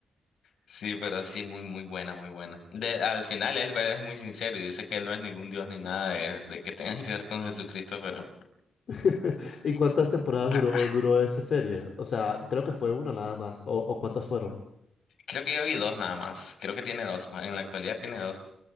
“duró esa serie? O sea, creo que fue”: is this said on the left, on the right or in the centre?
Left